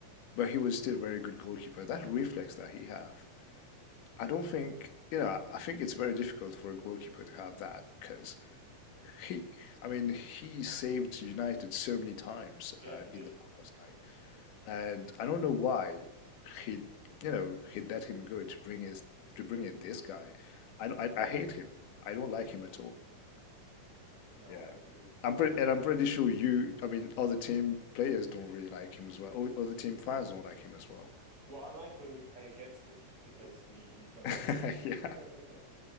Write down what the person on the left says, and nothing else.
but he was still a very good goalkeeper. That reflex that he have, I don't think, you know, I think it's very difficult for a goalkeeper to have that because he, I mean, he saved United so many times
uh,
in the past. Like and I don't know why he, you know, he let him go to bring his to bring in this guy. I don't- I, I hate him. I don't like him at all.
Yeah,
I'm pretty
and I'm pretty sure you. I mean, other team players don't really like him as well. Or other team fans don't like him as well.
<laughs>
Yeah,